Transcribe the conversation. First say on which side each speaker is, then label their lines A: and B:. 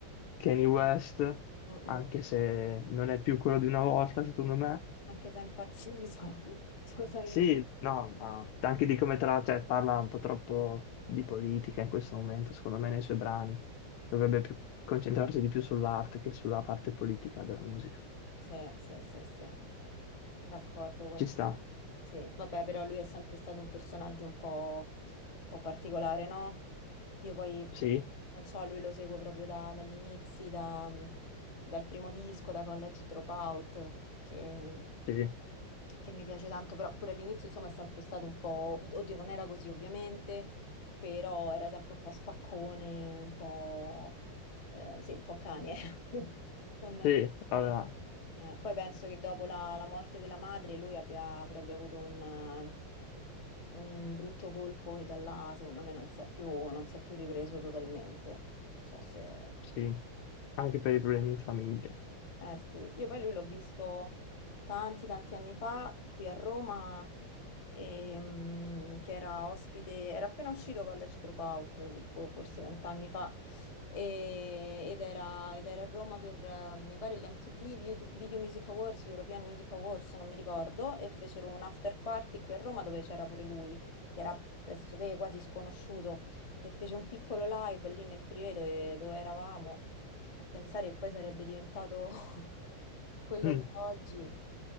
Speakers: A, on the left (about 85°); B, on the left (about 40°).
A: Kanye West,
B: Mm,
A: anche
B: mm.
A: se non è più quello di una volta, secondo me.
B: anche se è impazzito <laughs> totalmente.
A: Sì, no, ma anche di come tra, cioè, parla un po' troppo di politica in questo momento, secondo me, nei suoi brani. Dovrebbe più concentrarsi di più sull'arte che sulla parte politica della musica.
B: Sì, sì, sì, sì, d'accordo con...
A: Ci sta,
B: Sì, vabbè, però lui è sempre stato un personaggio un po', un po' particolare, no? Io poi,
A: sì,
B: non so, lui lo seguo proprio da- dagli inizi, da- dal primo disco, da College Dropout, che,
A: sì,
B: che mi piace tanto, però pure all'inizio, insomma, è sempre stato un po'... Oddio, non era così, ovviamente, però era sempre un po' spaccone, un po'... eh, sì, un po' Kanye, <laughs> fondamentalmente.
A: sì, allora,
B: Eh, poi penso che dopo la, la morte della madre lui abbia proprio avuto un, eh, un brutto colpo e da là secondo me non si è più, non si è più ripreso totalmente. Non So se...
A: sì, anche per i problemi in famiglia.
B: Eh sì, io poi lui l'ho visto tanti tanti anni fa qui a Roma, ehm, che era ospite, era appena uscito College Dropout, quindi boh, forse vent'anni fa, e- ed era, ed era a Roma per, eh, mi pare, gli MTV Video, Video Music Awards, European Music Awards, non mi ricordo, e fecero un after party qui a Roma dove c'era pure lui, che era pressoché quasi sconosciuto, e fece un piccolo live lì nel privé dove dove eravamo. A pensare che poi sarebbe diventato <laughs> quello
A: Mm,
B: che è oggi,